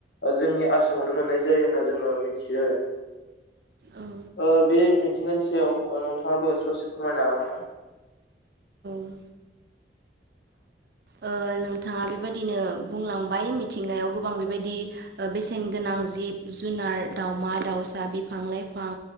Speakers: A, on the left; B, on the right.
A: जोंनि आसामावनो मोननाय जायो होनना जोङो मिथियो आरो।
B: औ
A: ओ बे मिथिंगानि सायाव नोंथाङाबो ससे फोरमायनो हागोन नामा?
B: औ ओ नोंथाङा बेबादिनो बुंलांबाय मिथिंगायाव गोबां बेबायदि ओ बेसेन गोनां जिब जुनार दावउमा दाउ सा बिफां लाइफां